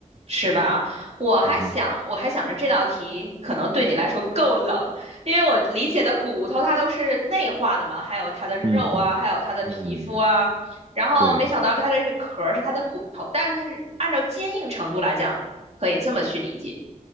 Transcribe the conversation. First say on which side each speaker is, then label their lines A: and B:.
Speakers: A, on the right (about 55°); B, on the right (about 40°).
A: 是吧？我还想，
B: 嗯哼，
A: 我还想着这道题可能对你来说够冷，因为我理解的骨头它都是内化的嘛，还有它的肉啊，
B: 嗯嗯，
A: 还有它的皮肤啊，然后没想到它这个壳儿是它的骨头，
B: 对，
A: 但是它是按照坚硬程度来讲，可以这么去理解。